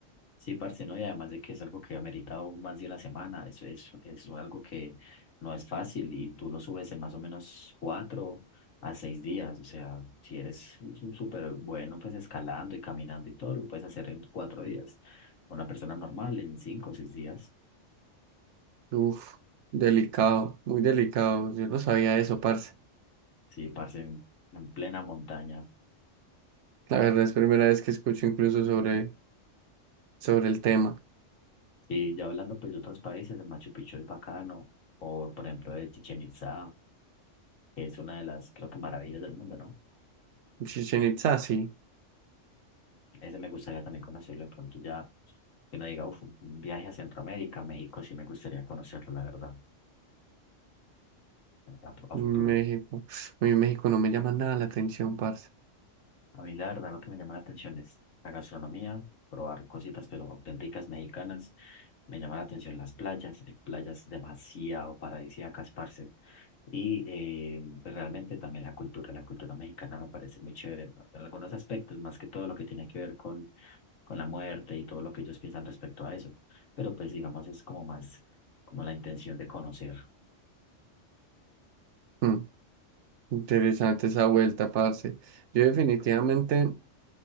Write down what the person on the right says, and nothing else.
Uf, delicado, muy delicado. Yo no sabía eso, parce.
La verdad es primera vez que escucho incluso sobre, sobre el tema.
Chichen Itzá, sí.
México.
Uy, México no me llama nada la atención, parce.
Mm, interesante esa vuelta, parce. Yo definitivamente.